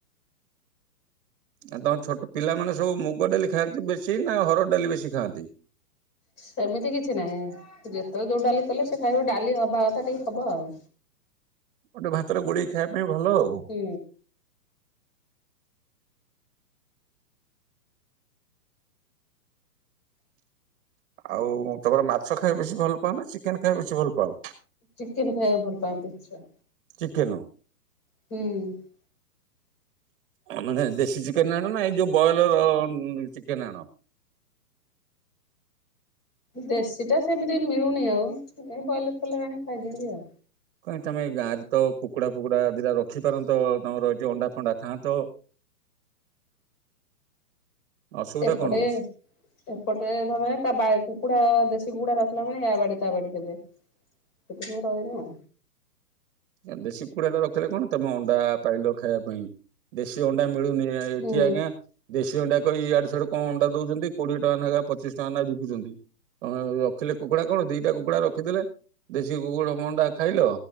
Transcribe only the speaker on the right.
ଆ ତମ ଛୋଟ ପିଲାମାନେ ସବୁ ମୁଗ ଡାଲି ଖାଆନ୍ତି ବେଶୀ ନା ହରଡ଼ ଡାଲି ବେଶୀ ଖାଆନ୍ତି?
ଗୋଟେ ଭାତରେ ଗୋଳେଇ ଖାଇବା ପାଇଁ ଭଲ ଆଉ।
ଆଉ ତମର ମାଛ ଖାଇବା ବେଶୀ ଭଲ ପାଅନା ଚିକେନ ଖାଇ ବେଶୀ ଭଲ ପାଅ?
ଚିକେନ।
ମାନେ ଦେଶୀ ଚିକେନ ଆଣ ନା ଏଇ ଯୋଉ ବଏଲର ଚିକେନ ଆଣ?
କାହିଁ ତମେ ଗାଁରେ କୁକୁଡ଼ା ଫୁକୁଡା ଦିଟା ରଖିପାରନ୍ତ ତମର ହେଠି ଅଣ୍ଡା ଫଣ୍ଡା ଖାଆନ୍ତ। ଅସୁବିଧା
କଣ ହଉଛି
ଦେଶୀ କୁକୁଡା ଟା ରଖିଲେ କଣ ତମେ ଅଣ୍ଡା ପାଇଲ ଖାଇବା ପାଇଁ ଦେଶୀ ଅଣ୍ଡା ମିଳୁନି ହେଠି
ଆଜ୍ଞା ଦେଶୀ ଅଣ୍ଡା କଇ ଇଆଡୁ ସିଆଡୁ କଣ ଅଣ୍ଡା ଦଉଛନ୍ତି କୋଡିଏ ଟଙ୍କା ନାଖା ପଚିଶ ଟଙ୍କା ନାଁ ବିକୁଛନ୍ତି। ହ ରଖିଲେ କୁକୁଡା କଣ ଦିଟା କୁକୁଡା ରଖିଥିଲେ ଦେଶୀ କୁକୁର ଅଣ୍ଡା ଖାଇଲ